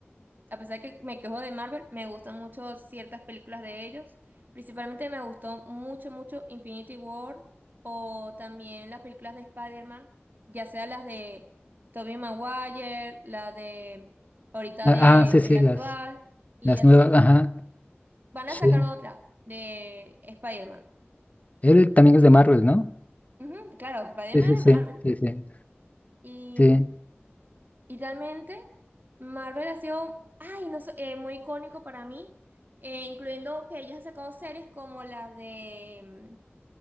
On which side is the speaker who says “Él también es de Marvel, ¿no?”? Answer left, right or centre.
Left